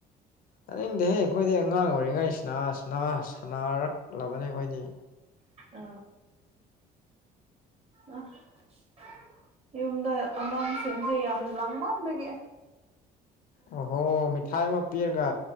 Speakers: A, on the left; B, on the right.
A: ꯇꯅꯤꯡꯗꯦꯍꯦ ꯑꯩꯈꯣꯏꯗꯤ ꯑꯉꯥꯡ ꯑꯣꯏꯔꯤꯉꯩ ꯁꯅ- ꯁꯅ- ꯁꯅꯔꯛꯂꯕꯅꯦ ꯑꯩꯈꯣꯏꯗꯤ
B: ꯑ ꯑꯥ ꯌꯨꯝꯗ ꯑꯥꯡꯁꯤꯡꯁꯤ ꯌꯥꯝ ꯂꯥꯡꯃꯕꯒꯤ
A: ꯑꯣꯍꯣ ꯃꯤꯊꯥꯏ ꯑꯃ ꯄꯤꯔꯒ